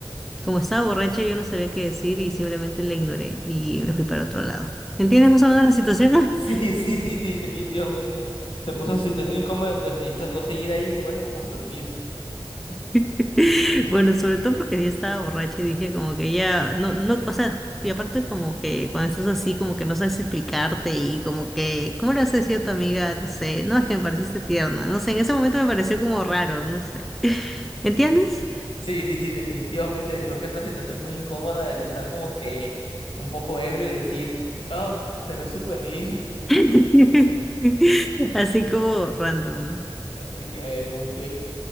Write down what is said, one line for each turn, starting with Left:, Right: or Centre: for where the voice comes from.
Centre: como estaba borracha, yo no sabía qué decir y simplemente la ignoré y me fui para otro lado. ¿Entiendes más o menos la situación?
Left: Sí,
Centre: <laughs>
Left: <laughs> sí, sí, sí, definitivamente. Te puso en una situación incómoda, preferiste no seguir ahí, bueno, con permiso.
Centre: <laughs> Bueno, sobre todo porque yo estaba borracha y dije como que ya, no, no, o sea, y aparte como que cuando estás así como que no sabes explicarte y como que, ¿cómo le has decir a tu amiga? No sé, no, es que me pareciste tierna, no sé, en ese momento me pareció como raro, no sé, ¿entiendes?
Left: Sí, sí, sí, definitivamente. Creo que es una situación muy incómoda el estar como que un poco ebrio y decir, ah, te ves súper lindo. <laughs>
Centre: <laughs> Así como random, ¿no?
Left: Así de que, eh, ok.